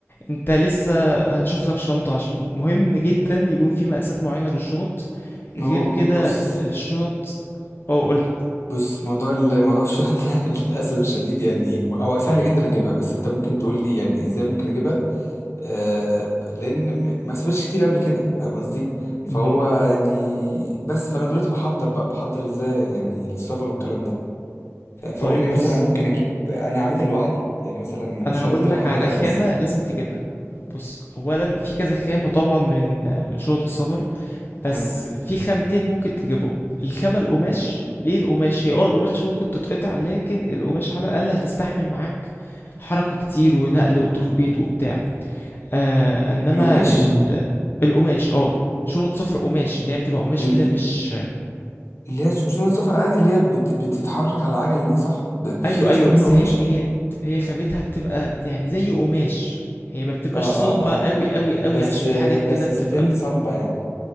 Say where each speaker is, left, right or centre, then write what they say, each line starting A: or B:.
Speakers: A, on the left; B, on the left.
A: انت لسه هنشوف لك شنطة عشان مهم جدا يكون في مقاسات معينة للشنط
B: ما
A: غير
B: هو
A: كده
B: بص
A: الشنط اه قولي
B: بص موضوع ال- موضوع الشنطة <laughs> للأسف الشديد يعني هو سهل جدا أجيبها بس أنت ممكن تقول لي يعني إزاي ممكن أجيبها آه لأن م- ما سافرتش كتير قبل كده فاهم قصدي
A: مهم.
B: فهو يعني بس فأنا دلوقتي بحضر بقى بحضر إزاي يعني للسفر والكلام ده طيب فقول
A: طيب
B: لي مثلا
A: بص
B: ممكن اجيب انا عاملها لوحدي يعني مثلا
A: انا
B: الشنطه
A: هقول
B: تبقى
A: لك
B: حاجات
A: على
B: انا
A: خامة
B: بس
A: لازم تجيبها بص اولا في كذا خامة طبعا من من شنط السفر بس
B: حلو
A: في خامتين ممكن تجيبهم الخامة القماش
B: حلو.
A: ليه القماش هي اه القماش ممكن تتقطع لكن القماش على الاقل هتستحمل معاك حركة كتير ونقل وتخبيط وبتاع آه انما
B: القماش
A: ال... القماش اه شنط صفر قماش اللي هي بتبقى قماش
B: ال-
A: كده
B: ال-
A: مش
B: اللي هي سنة سفر عادي اللي هي بت- بتتحرك على العجل دي صح ب- ب- في
A: ايوه
B: اصلا
A: ايوه بس
B: منها قماش
A: هي هي هي خامتها بتبقى يعني زي قماش هي ما بتبقاش
B: اه
A: صلبة
B: اه اه
A: قوي قوي
B: بس
A: قوي عشان في حاجات كده
B: بس
A: بتبقى
B: ستيل
A: بت-
B: صلبة يعني